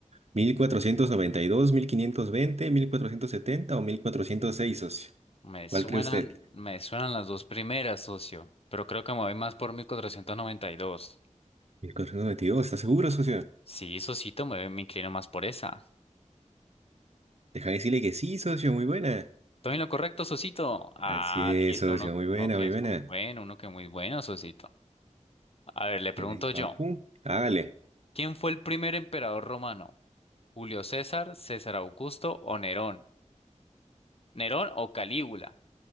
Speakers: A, on the right (about 55°); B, on the left (about 50°).
A: mil mil cuatrocientos noventa y dos mil quinientos veinte mil cuatrocientos setenta o mil cuatrocientos seis socio.
B: me suenan,
A: ¿Cuál cree usted?
B: me suenan las dos primeras, socio, pero creo que me voy más por mil cuatrocientos noventa y dos
A: mil cuatrocientos noventa y dos ¿está seguro, socio?
B: Sí, socito, me, me inclino más por esa.
A: Deja de decirle que sí, socio, muy buena.
B: ¿Estoy en lo correcto, socito? Ah,
A: Así es,
B: listo,
A: socio,
B: uno,
A: muy buena,
B: uno que
A: muy
B: es
A: buena.
B: muy bueno, uno que es muy bueno, socito. A ver, le pregunto
A: Ven ahí, papu.
B: yo,
A: Hágale.
B: ¿quién fue el primer emperador romano? ¿Julio César, César Augusto o Nerón? ¿Nerón o Calígula?